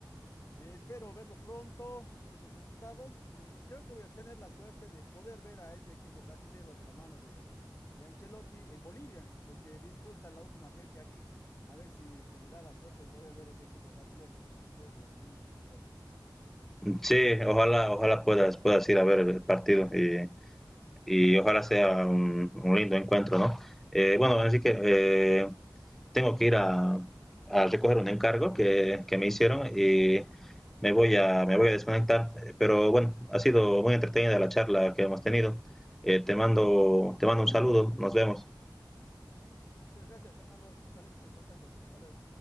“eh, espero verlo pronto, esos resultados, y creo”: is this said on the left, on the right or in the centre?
Left